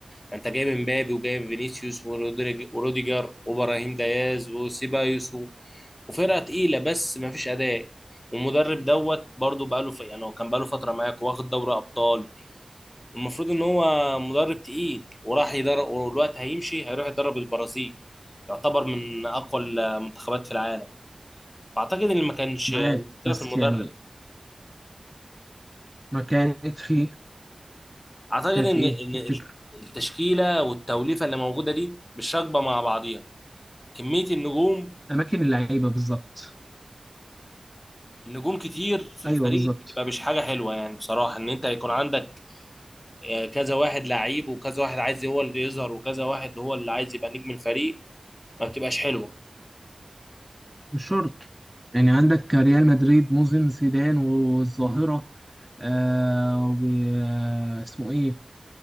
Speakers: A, on the left; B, in the centre.
A: ما انت جايب امبابي وجايب فينيسيوس ورودريج- وروديجر وابراهيم دياز وسيبايوس و- وفرقه تقيله بس ما فيش اداء والمدرب دوت برضه بقاله ف... يعني هو كان بقاله فتره معاك واخد دوري ابطال المفروض ان هو مدرب تقيل وراح يدرب والوقت هيمشي هيروح يدرب البرازيل يعتبر من اقوى المنتخبات في العالم فاعتقد ان ما كانش
B: معاك
A: المشكله
B: بس
A: في المدرب
B: يعني ما كانت في
A: اعتقد
B: كانت
A: ان
B: في إيه
A: ان
B: تفتكر
A: التشكيله والتوليفه اللي موجوده دي مش راكبه مع بعضيها كميه النجوم
B: أماكن اللعيبة بالظبط
A: النجوم كتير في الفريق
B: أيوه بالظبط
A: بتبقى مش حاجه حلوه يعني بصراحه ان انت يكون عندك آه، كذا واحد لعيب وكذا واحد عايز هو اللي يظهر وكذا واحد هو اللي عايز يبقى نجم الفريق ما بتبقاش حلوه
B: مش شرط يعني عندك ريال مدريد موسم زيدان والظاهرة آه واسمه إيه